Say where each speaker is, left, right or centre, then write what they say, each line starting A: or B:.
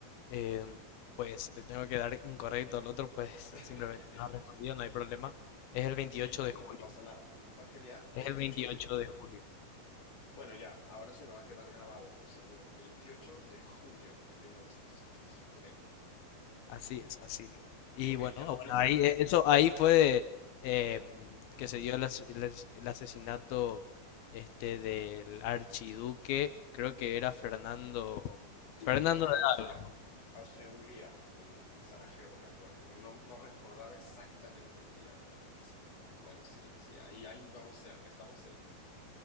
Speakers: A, on the left; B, on the left.
A: Em, pues te tengo que dar incorrecto al otro, pues <laughs>
B: <laughs>
A: simplemente no has respondido, no hay problema. Es el 28
B: Sí, no,
A: de
B: no,
A: julio.
B: no pasa nada. ¿Cuál- ¿Qué día? Veintiocho
A: Es el 28
B: de?
A: de julio.
B: Bueno, ya, ahora se me va a quedar grabado, por seguro. Veintiocho de julio de 1914. Ok,
A: Así es,
B: va.
A: así mismo. Y
B: Ok,
A: bueno,
B: ya,
A: bueno,
B: ya sé.
A: ahí eh, eso ahí fue em, que se dio el, as- el as- el asesinato este del archiduque, creo que era Fernando
B: Sí,
A: Fernando
B: de
A: de
B: Austria.
A: Alba.
B: Austria-Hungría, en, en Sarajevo, me acuerdo. Pero no, no recordaba exactamente el día, pero pues, bueno, sí, sí, ahí, ahí vamos cerca, estamos cerca.